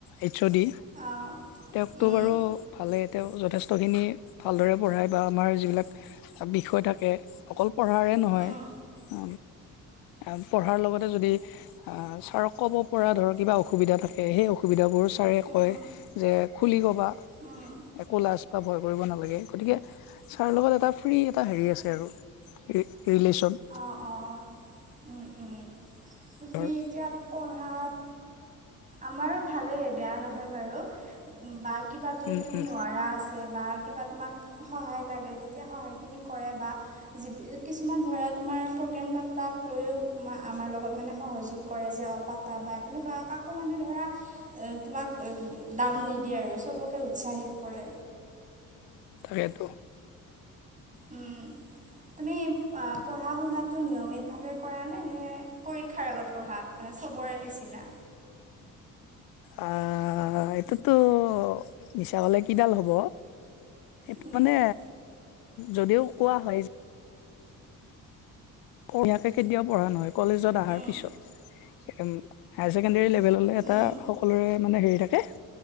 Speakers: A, on the left; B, on the right.
A: এইচ অ' ডি,
B: অঁ
A: তেওঁকতো
B: উম
A: বাৰু ভালে তেওঁ যথেষ্টখিনি ভালদৰে পঢ়ায় বা আমাৰ যিবিলাক বিষয় থাকে অকল পঢ়াৰে নহয়
B: উম
A: আ আম পঢ়াৰ লগতে যদি আ ছাৰক ক'ব পৰা ধৰক কিবা অসুবিধা থাকে সেই অসুবিধাবোৰ ছাৰে কয়
B: উম
A: যে খুলি ক'বা
B: উম
A: একো লাজ বা ভয় কৰিব নালাগে, গতিকে ছাৰ লগত এটা ফ্ৰী এটা হেৰি আছে আৰু। ৰি ৰিলেশ্যন।
B: অঁ অঁ, উম উম, তুমি
A: ধৰ
B: এতিয়া পঢ়াত আমাৰো ভালেই, বেয়া নহয় বাৰু বা কিবা যদি
A: উম
B: তুমি
A: উম
B: নোৱাৰা আছ কে বা কিবা তোমাক সহায় লাগে যেতিয়া সহায়খিনি কৰে বা কিছুমান ধৰা তোমাৰ প্ৰগ্ৰেম পতাক লৈও আমাৰ লগত মানে সহযোগ কৰে যে অ পাতা বা তেনেকুৱা কাকো মানে ধৰা এ তোমাক এ ডাউন নিদিয়ে আৰু চবকে উৎসাহিত কৰে।
A: তাকেটো।
B: উম। তুমি আ পঢ়া শুনাটো নিয়মিতভাৱে কৰা নে নে পৰীক্ষাৰ আগত পঢ়া? মানে চবৰে নিচিনা।
A: আ এইটোতো মিছা কলে কিডাল হ'ব, সেইটো
B: উম
A: মানে যদিও কোৱা হয় নীয়মিয়াকে কেতিয়াও পঢ়া নহয় কলেজত অহাৰ
B: উম
A: পিছত। হায়াৰ ছেকেণ্ডেৰী লেভেললৈ এটা
B: উম
A: সকলোৰে মানে হেৰি থাকে